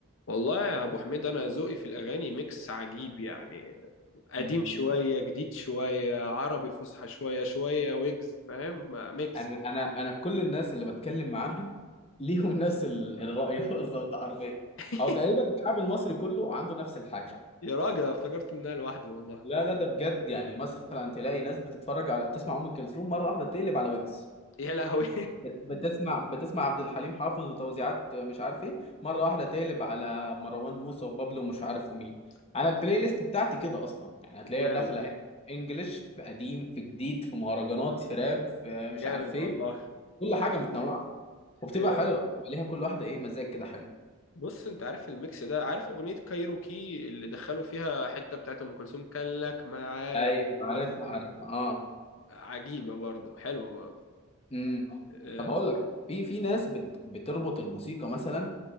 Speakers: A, on the left (about 60°); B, on the left (about 25°).
A: والله يا ابو حميد انا ذوقي في الاغاني ميكس عجيب يعني قديم
B: مم.
A: شويه جديد شويه عربي فصحى شويه شويه ويجز فاهم ميكس
B: انا
A: كده.
B: انا انا كل الناس اللي بتكلم معاها ليهم <laughs> نفس ال- الرأي ده بالظبط حرفيا
A: <laughs>
B: او تقريبا الشعب المصري كله عنده نفس الحاجة
A: يا راجل أنا افتكرت ان انا لوحدي والله
B: لا لا ده بجد يعني مثلا تلاقي ناس بتتفرج على تسمع ام كلثوم مرة واحدة تقلب على ويجز
A: يا لهوي
B: بت- بتسمع بتسمع عبد الحليم حافظ وتوزيعات مش عارف ايه مرة واحدة تقلب على مروان موسى وبابلو ومش عارف مين
A: <laughs>
B: انا البلاي ليست بتاعتي كده اصلا يعني هتلاقيها
A: جامد
B: داخلة هنا انجلش في قديم في جديد في مهرجانات في راب في مش
A: جامد
B: عارف
A: والله
B: ايه كل
A: جامد
B: حاجة متنوعة وبتبقى
A: آه،
B: حلوه بيبقى ليها كل واحده ايه مزاج كده حلو
A: بص انت عارف الميكس ده عارف اغنيه كايروكي اللي دخلوا فيها حته بتاعت ام كلثوم كان لك معايا
B: ايوه
A: وز-
B: عارفها عارفها اه
A: عجيبه برضه حلوه برضه
B: امم
A: آه،
B: طب اقول لك في في ناس بت بتربط الموسيقى مثلا